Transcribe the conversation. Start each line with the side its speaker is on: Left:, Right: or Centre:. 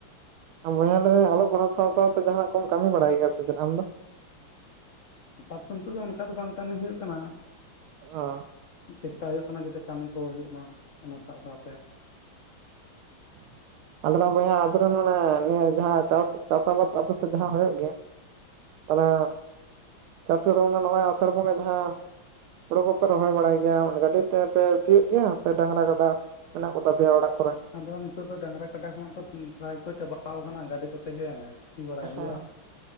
Right: ᱦᱮᱸ ᱵᱚᱭᱦᱟ ᱞᱟᱹᱭᱫᱟᱹᱧ ᱚᱞᱚᱜ ᱯᱟᱲᱦᱟᱣ ᱥᱟᱶ ᱥᱟᱶᱛᱮ ᱡᱟᱦᱟᱱᱟᱜ ᱠᱚᱢ ᱠᱟᱹᱢᱤ ᱵᱟᱲᱟᱭ ᱜᱮᱭᱟ ᱥᱮ ᱪᱮᱫ ᱟᱢ ᱫᱚ?
Left: ᱟᱫᱚ ᱱᱤᱛᱚᱜ ᱫᱚ ᱚᱱᱠᱟ ᱫᱚ ᱵᱟᱝ ᱠᱟᱹᱢᱤ ᱦᱩᱭᱩᱜ ᱠᱟᱱᱟ᱾
Right: ᱚ
Left: ᱪᱮᱥᱴᱟ ᱦᱩᱭᱩᱜ ᱠᱟᱱᱟ ᱡᱟᱛᱮ ᱠᱟᱹᱢᱤ ᱠᱚ ᱦᱩᱭᱩᱜ ᱢᱟ, ᱚᱱᱟ ᱥᱟᱶ ᱥᱟᱶᱛᱮ
Right: <inaudible> ᱟᱞᱮᱫᱚ ᱵᱚᱭᱦᱟ ᱟᱯᱮ ᱨᱮᱱ ᱢᱟᱱᱮ ᱱᱤᱭᱟᱹ ᱡᱟᱦᱟᱸ ᱪᱟᱥ ᱪᱟᱥᱟ ᱵᱟᱫᱽ ᱟᱯᱮᱥᱮᱫ ᱡᱟᱦᱟᱸ ᱦᱩᱭᱩᱜ ᱜᱮᱭᱟ? ᱛᱟᱦᱚᱞᱮ ᱪᱟᱥ ᱠᱚᱫᱚ ᱢᱟᱱᱮ ᱱᱚᱜᱼᱚᱭ ᱟᱥᱟᱲ ᱵᱚᱸᱜᱟ ᱡᱟᱦᱟᱸ ᱦᱳᱲᱳ ᱠᱚᱯᱮ ᱨᱚᱦᱚᱭ ᱵᱟᱲᱟᱭ ᱜᱮᱭᱟ ᱢᱟᱱᱮ ᱜᱟᱹᱰᱤ ᱛᱮᱯᱮ ᱥᱤᱭᱳᱜ ᱜᱮᱭᱟ ᱥᱮ ᱰᱟᱝᱨᱟ ᱠᱟᱰᱟ ᱢᱮᱱᱟᱜ ᱠᱚ ᱛᱟᱯᱮᱭᱟ ᱚᱲᱟᱜ ᱠᱚᱨᱮ?
Left: ᱟᱫᱚ ᱱᱤᱛᱚᱜ ᱫᱚ ᱰᱟᱝᱨᱟ ᱠᱟᱰᱟ ᱠᱚᱦᱚᱸ ᱛᱚ ᱯᱨᱟᱭ ᱠᱚ ᱪᱟᱵᱟᱣ ᱠᱟᱱᱟ, ᱜᱟᱹᱰᱤ ᱠᱚᱛᱮ ᱜᱮ᱾ ᱥᱤ ᱵᱟᱲᱟᱭ
Right: ᱦᱮᱸ
Left: ᱦᱩᱭᱩᱜᱼᱟ